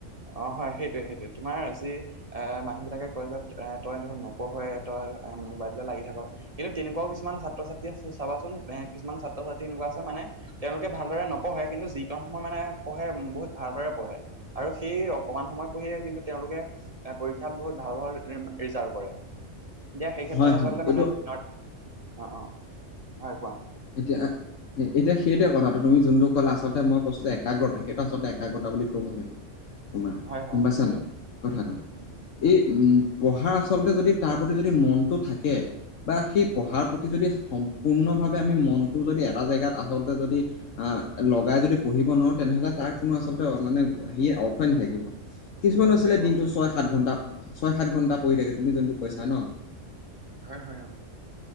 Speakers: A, on the right; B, on the left.
A: অ', হয় সেইটোৱে, সেইটোৱে তোমাৰ যি অ', মানুহ বিলাকে কয় যে তই দেখোন নপঢ়ই তই মোবাইলতে লাগি থাক। কিন্তু তেনেকুৱাও কিছুমান ছাত্ৰ-ছাত্ৰী আছে চাবাচোন এ, কিছুমান ছাত্ৰ-ছাত্ৰী এনেকুৱা আছে মানে তেওঁলোকে ভালদৰে নপঢ়ে, কিন্তু যিকণ সময় মানে পঢ়ে বহুত ভালদৰে পঢ়ে। আৰু সেই অকমান সময় পঢ়িয়ে কিন্তু তেওঁলোকে এ পৰীক্ষাত বহুত ভাল, ভাল ৰিজাল্ট কৰে। এতিয়া সেই ক্ষেত্ৰত
B: হয় হয়
A: আচলতে
B: এইটো
A: মানে অ', অ' হয় কোৱা?
B: এতিয়া এতিয়া সেইটোৱে কথাটো তুমি যোনটো ক'লা আচলতে মই কৈছোঁ যে একাগ্ৰতা সেইটো আচলতে একাগ্ৰতা বুলি ক'ব লাগিব। তোমাৰ
A: হয় হয়
B: গম পাইছা
A: অ নিশ্চয়
B: নে নাই কথাটো?
A: উম উম
B: এই পঢ়াৰ আচলতে যদি তাৰ প্ৰতি যদি মনটো থাকে বা সেই পঢ়াৰ
A: হয় হয়
B: প্ৰতি যদি সম্পূৰ্ণভাৱে আমি মনটো যদি এটা জেগাত আচলতে যদি অ', লগাই যদি পঢ়িব নোৱাৰোঁ তেনেহ'লে তাৰ কোনো আচলতে মানে সেই অৰ্থই নাথাকিব। কিছুমান
A: নাথাকিব
B: আছিলে দিনটো
A: হয়
B: ছয়, সাত ঘণ্টা ছয়, সাত ঘণ্টা পঢ়ি থাকে তুমি যোনটো কৈছা ন?
A: হয়, হয় অ'।